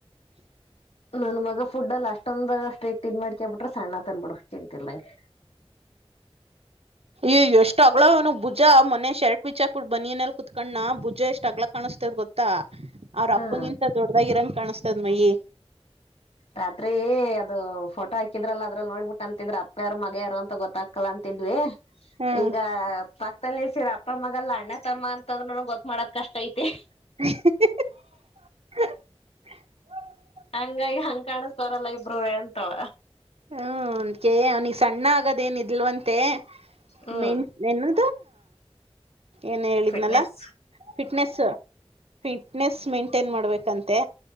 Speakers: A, on the left (about 70°); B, on the right (about 70°).
A: ನನ್ ಮಗ ಫುಡ್ ಅಷ್ಟೊಂದ್ ಸ್ಟೇಟ್ ಇನ್ ಮಾಡ್ಕಬ ಬಿಟ್ರೆ ಸಣ್ಣ ತಂದ್ಬಿಡ ತಿಂತಿಲಗೆ
B: ಈ ಎಷ್ಟ್ ಅಗ್ಗಳನು ಭುಜ ಮನೆ ಶರ್ಟ್ ಬಿಚಾಕ್ ಬಿಡ್ ಬನ್ನಿ ನಲ್ ಕುೂತ್ಕಣ್ಣ ಭುಜ ಎಷ್ಟ್ ಅಗ್ಲ ಕಾಣಿಸತ ದ ಗೊತ್ತಾ ಅವ್ರ
A: ಹ್ಮ್
B: ಅಪ್ಪಂಗಿಂತ ದೊಡ್ಡದಾಗಿ ಇರಂಗ ಕಾಣಸ್ತದ್ ಮಯಿ
A: ರಾತ್ರಿ ಅದು ಫೋಟೋ ಹಾಕಿದ್ರಲ್ಲ ಅದ್ರಲ್ಲಿ ನೋಡ್ಬಿಟ್ಟು ಅಂತಿದ್ರ ಅಪ್ಪ ಯಾರರು ಮಗ ಯಾರು ಅಂತ ಗೊತ್ತ ತಕ್ಕಲ ಅಂತಿದ್ವಿ
B: ಹ್ಮ್
A: ಈಗ ಪಕ್ಕಲ್ಲಿ ನಿಲ್ಸೀರ ಅಪ್ಪಮ್ಮಗಲ್ಲ ಅಣ್ಣ ತಮ್ಮ ಅಂತ ಅಂದ್ರರು ಗೊತ್ ಮಾಡೋದ ಕಷ್ಟ ಐತಿ
B: ಹ
A: ಹಂಗಾಗಿ ಹಂಗ ಕಾಣದ ತರಲ್ಲ ಇಬರು ಅಂತವ
B: ಹ್ಮ ಅಂದಕ ಅವನಿಗೆ ಸಣ್ಣ ಆಗದೇಏನ್ ಇದಲ್ವಂತೆ
A: ಹ್ಮ್
B: ಮೆಂಟ್ ನು ಏನ್ ಹೇಳಿದ್ನಲ್ಲ
A: ಫಿಟ್ನೆಸ್
B: ಫಿಟ್ನೆಸ್ ಫಿಟ್ನೆಸ್ ಮೇಂಟೈನ್ ಮಾಡ್ಬೇಕಂತೆ